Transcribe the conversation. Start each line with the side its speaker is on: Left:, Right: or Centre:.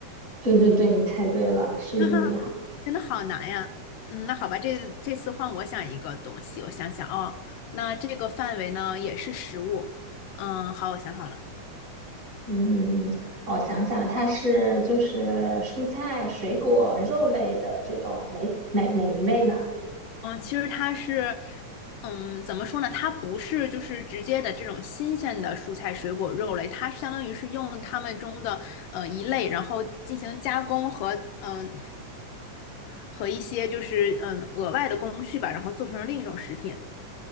Right: 对对对，你猜对了，是玉米哈。
Left: <laughs> 真的好难呀。嗯，那好吧，这这次换我想一个东西，我想想哦，那这个范围呢也是食物，嗯，好，我想好了。
Right: 嗯，我想想，它是就是蔬菜、水果、肉类的这种哪哪哪一类呢？
Left: 嗯，其实它是，嗯，怎么说呢？它不是就是直接的这种新鲜的蔬菜、水果、肉类，它相当于是用它们中的呃一类，然后进行加工和嗯和一些就是嗯额外的工序吧，然后做成另一种食品。